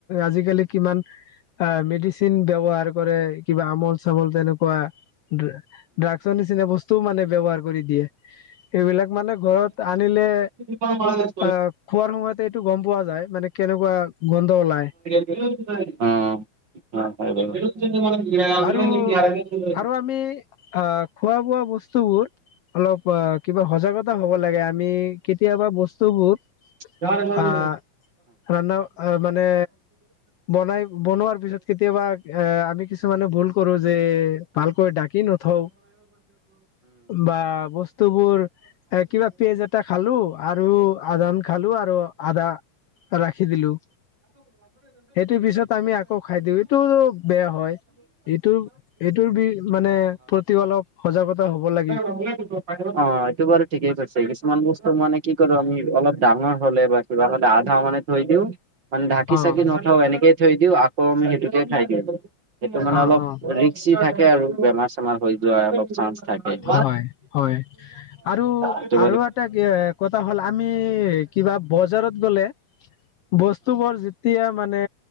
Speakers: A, on the left; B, on the right.
A: আজিকালি কিমান অ মেডিচিন ব্যৱহাৰ কৰে কিবা আমূল চামুল তেনেকুৱা ড্ৰাগছৰ নিচিনা বস্তুও মানে ব্যবহাৰ কৰি দিয়ে সেইবিলাক মানে ঘৰত আনিলে
B: একদম মানে <unintelligible>
A: অহ খোৱাৰ সময়তে এইটো গম পোৱা যায় মানে কেনেকুৱা গোন্ধ ওলাই
B: উম <unintelligible>
A: আৰু আৰু আমি অ খোৱা বোৱা বস্তু বোৰ অলপ অ কিবা সজাগতা হ'ব লাগে আমি কেতিয়াবা বস্তুবোৰ
B: <unintelligible>
A: আহ ৰান্ধা মানে বনাই বনোৱাৰ পিছত কেতিয়াবা এ আমি কিছুমানে ভুল কৰো যে ভালকৈ ঢাকি নথওঁ বা বস্তু বোৰ কিবা পেজত খালো আৰু আদান খালো আৰু আধা ৰাখি দিলোঁ সেইটো পিছত আমি আকৌ খাই দিওঁ এইটো বেয়া হয় এইটো এইটোৰ বি মানে প্ৰতিও অলপ সজাগতা হ'ব লাগে
B: তাত ৰঙালাও দিব অ এইটো বাৰু ঠিকেই কৈছে কিছুমান বস্তু মানে কি কৰো আমি অলপ ডাঙৰ হ'লে বা কিবা হলে আধা মানে থৈ দিওঁ মানে ঢাকি
A: অ',
B: চাকি নথও এনেকে থৈ দিও আকৌ সেইটোকে খাই দিওঁ সেইটো মানে
A: অ',
B: অলপ
A: অ',
B: ৰিক্সি থাকে আৰু বেমাৰ চেমাৰ হৈ যোৱা অলপ চান্স থাকে উম,
A: হয় হয় আৰু
B: এইটো
A: আৰু এটা কথা হ'ল আমি কিবা বজাৰত গ'লে বস্তু বোৰ যেতিয়া মানে